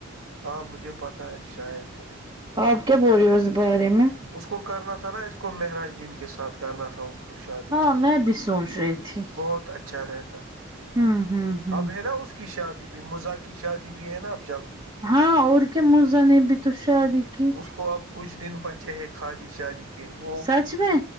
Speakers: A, on the right (about 75°); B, on the right (about 25°).
A: ہاں مجھے پتہ ہے شار ہے
B: آپ کیا بول رہی ہو اس بارے میں
A: اس کو کرنا تھا نا اس کو مہراج دین کے ساتھ کرنا تھا اس کو شادی
B: ہاں میں بھی سوچ رہی تھی
A: بہت اچھا رہتا
B: ہوں ہ ہ
A: اب ہے نا اس کی شادی بھی مزاق کی شادی بھی ہے نا اب جلدی
B: ہاں اور کیا مزان اب تو شادی کی
A: اس کو اب کچھ دن بچے ہیں خادی شادی کے وہ
B: سچ میں